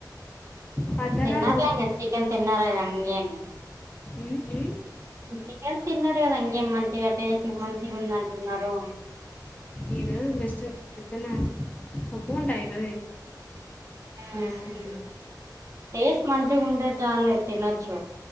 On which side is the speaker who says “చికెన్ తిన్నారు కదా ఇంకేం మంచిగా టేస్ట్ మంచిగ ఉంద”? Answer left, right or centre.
Right